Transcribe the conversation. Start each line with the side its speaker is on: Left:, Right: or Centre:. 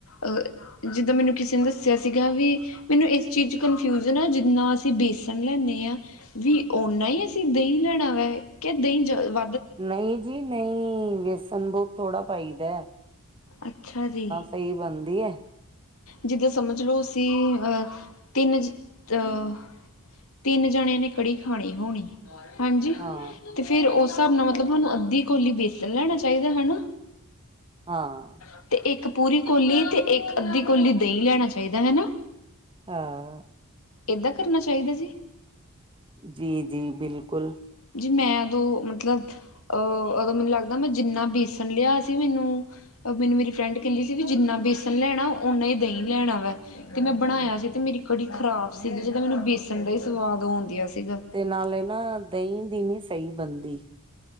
Left: ਅਹ ਜਿੱਦਾਂ ਮੈਨੂੰ ਕਿਸੇ ਨੇ ਦੱਸਿਆ ਸੀਗਾ ਵੀ ਮੈਨੂੰ ਇਸ ਚੀਜ਼ ਚ ਕਨਫਿਊਜਨ ਆ, ਜਿੰਨਾ ਅਸੀਂ ਬੇਸਣ ਲੈਨੇਂ ਆਂ, ਵੀ ਓਨਾ ਹੀ ਅਸੀਂ, ਦਹ ਨਹੀਂ ਲੈਣਾ ਵੈ, ਕਿ ਦਹੀਂ ਵ
Right: ਨਹੀਂ ਜੀ ਨਹੀਂ, ਵੇਸਣ ਬਹੁਤ ਥੋੜ੍ਹਾ ਪਾਈਦੈ।
Left: ਅੱਛਾ ਜੀ।
Right: ਸਈ ਬਣਦੀ ਹੈ।
Left: ਜਿੱਦਾਂ ਸਮਝ ਲਓ ਅਸੀਂ, ਅਹ ਤਿੰਨ ਅਹ ਤਿੰਨ ਜਣਿਆਂ ਨੇ ਕੜੀ ਖਾਣੀ ਹੋਣੀ, ਹਾਂਜੀ
Right: ਹਾਂ
Left: ਤੇ ਫੇਰ ਉਸ ਹਿਸਾਬ ਨਾਲ ਮਤਲਬ ਸਾਨੂੰ, ਅੱਧੀ ਕੋਲੀ ਵੇਸਣ ਲੈਣਾ ਚਾਹੀਦੈ ਹਣਾਂ।
Right: ਹਾਂ
Left: ਅਤੇ ਇੱਕ ਪੂਰੀ ਕੋਲੀ ਅਤੇ, ਇੱਕ ਅੱਧੀ ਕੌਲੀ ਦਹੀਂ ਲੈਣਾ ਚਾਹੀਦੈ ਹੈਣਾ।
Right: ਹਾਂ।
Left: ਏਦਾਂ ਕਰਨਾ ਚਾਹੀਦਾ ਜੀ।
Right: ਜੀ, ਜੀ, ਬਿਲਕੁਲ।
Left: ਜੀ ਮੈਂ ਉਦੋਂ ਮਤਲਬ ਅਹ, ਦੋਂ ਮੈਨੂੰ ਲੱਗਦਾ ਮੈਂ ਜਿੰਨਾ ਬੇਸਣ ਲਿਆ ਸੀ ਮੈਨੂੰ ਮੈਨੂੰ ਮੇਰੀ ਫਰੈਂਡ ਕਹਿੰਦੀ ਸੀ ਵੀ, ਜਿੰਨਾ ਬੇਸਨ ਲੈਣਾ ਉਨਾ ਹੀ ਦਹੀਂ ਲੈਣਾਵੈ। ਤੇ ਮੈਂ ਬਣਾਇਆ ਸੀ ਤੇ ਮੇਰੀ ਕੜੀ ਖ਼ਰਾਬ ਸੀਗੀ, ਜਿੱਦਾਂ ਮੈਨੂੰ ਬੇਸਣ ਦਾ ਹੀ ਸਵਾਦ ਆਉਂਦੀਆਂ ਸੀਗਾ।
Right: ਤੇ ਨਾਲੇ ਨਾ ਦਹੀਂ ਦੀ ਨੀ ਸਈ ਬਨਦੀ,